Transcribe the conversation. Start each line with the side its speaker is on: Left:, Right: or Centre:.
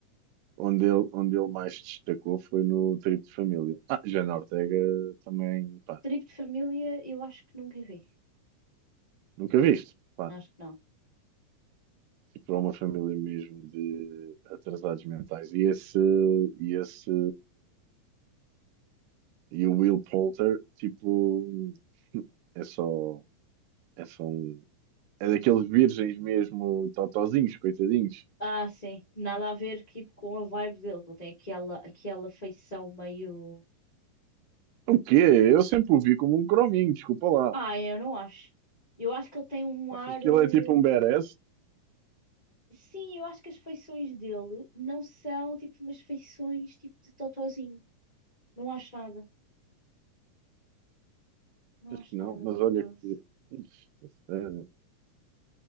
Right: onde ele, onde ele mais destacou foi no Trip de Família. Ah, Jana Ortega também, pá,
Left: Tribo de Família, eu acho que nunca vi.
Right: nunca viste. Pá,
Left: Acho que não.
Right: tipo, é uma família mesmo de atrasados mentais. E esse, e esse, e o Will Poulter, tipo, é só, é só um, é daqueles virgens mesmo, totozinhos, coitadinhos.
Left: Ah, sim. Nada a ver tipo, com a vibe dele. Ele tem aquela, aquela feição meio
Right: O quê? Eu sempre o vi como um crominho, desculpa lá.
Left: Ah, é, eu não acho. Eu acho que ele tem um
Right: Achas
Left: ar.
Right: que
Left: eh,
Right: ele é tipo um badass?
Left: Sim, eu acho que as feições dele não são tipo umas feições tipo de totozinho. Não acho nada. Não
Right: Acho
Left: acho
Right: que não,
Left: nada,
Right: mas
Left: por
Right: olha
Left: acaso.
Right: que. Ixi, a sério.